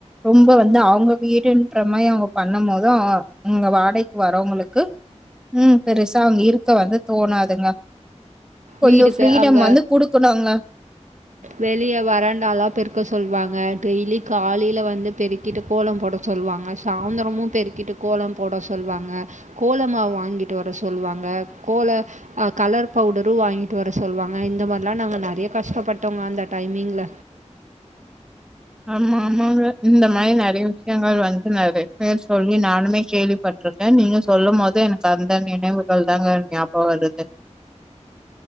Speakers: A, in the centre; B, on the right.
A: ரொம்ப வந்து இத அவுங்க வீடுன்ற மாரி அவுங்க பண்ணும் போது அவ அங்க வாடகைக்கு வரவங்களுக்கு ம் பெருசா அங்க இருக்க வந்து தோணாதுங்க கொஞ்சோ
B: வீடு
A: ஃப்ரீடம்
B: பெ அங்க
A: வந்து குடுக்கணுங்க
B: வெளியே வராண்டால்லா பெருக்க சொல்லுவாங்க டெய்லி காலையில வந்து பெருக்கிட்டு கோலம் போட சொல்லுவாங்க சாயிந்திரமு பெருக்கிட்டு கோலம் போட சொல்ல வாங்க கோலமாவு வாங்கிட்டு வர சொல்லுவாங்க கோல கலர் பவுடர் ரு வாங்கிட்டு வர சொல்லுவாங்க இந்த மாரிலா நாங்க நறைய கஷ்டப்பட்டோங்க அந்த டைமிங்ல
A: ஆமா ஆமாங்க இந்த மாரி நறைய விஷயங்கள் வந்து நறைய பேர் சொல்லி நானுமே கேள்விப்பட்ருக்கே நீங்க சொல்லு போது எனக்கு அந்த நினைவுகள் தாங்க ஞாபோ வருது